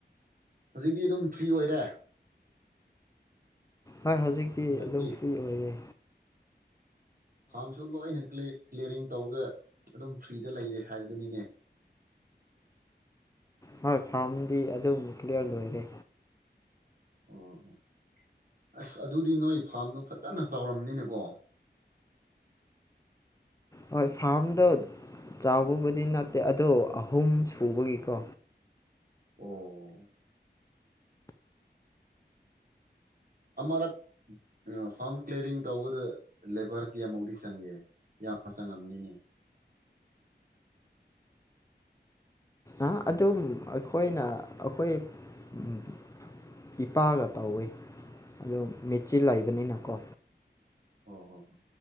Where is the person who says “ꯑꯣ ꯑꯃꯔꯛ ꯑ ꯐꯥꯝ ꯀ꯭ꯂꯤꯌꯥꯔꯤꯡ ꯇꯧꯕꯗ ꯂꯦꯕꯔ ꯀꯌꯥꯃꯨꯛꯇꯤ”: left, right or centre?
Right